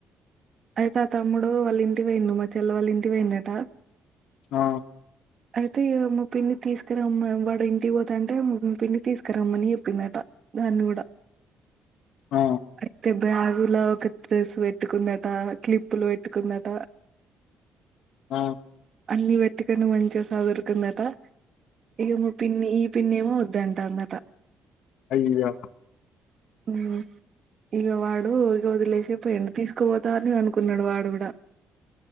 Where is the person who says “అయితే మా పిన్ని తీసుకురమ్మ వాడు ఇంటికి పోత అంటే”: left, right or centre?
Right